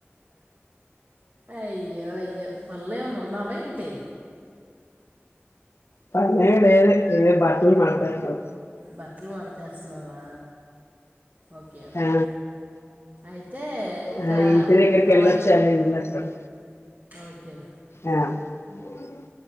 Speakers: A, on the right; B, on the left.
A: అయ్ అయ్యో అయ్యో పనులో ఏమన్నా వన్నావ <unintelligible> ఏంటి
B: <unintelligible>
A: బట్లు మడతేస్తున్నావా ఓకే ఓకే
B: ఆ,
A: అయితే ఇక
B: మీ ఇంటి దగ్గరికి
A: అవన్నీ
B: వెళ్లొచ్చాను ఇందాక
A: ఓకే
B: ఆ <unintelligible>